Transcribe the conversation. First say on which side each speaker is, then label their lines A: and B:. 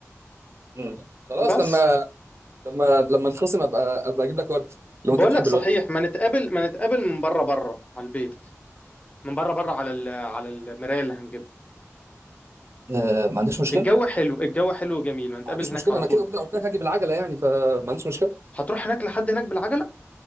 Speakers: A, on the right; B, on the left.
A: مم. خلاص
B: بس
A: لما لما لما نخصم ابقى ابقى اجيب لك ورد لو
B: بقول
A: انت بتحب
B: لك صحيح
A: الورد
B: ما نتقابل ما نتقابل من بره بره على البيت من بره بره على ال- على المرايه اللي هنجيبها
A: آه ما عنديش مشكله
B: الجو حلو الجو حلو وجميل ما نتقابل
A: عنديش
B: هناك
A: مشكله
B: على
A: انا
B: طول
A: كده وكده قلت لك هاجي بالعجله يعني فما عنديش مشكله
B: هتروح هناك لحد هناك بالعجله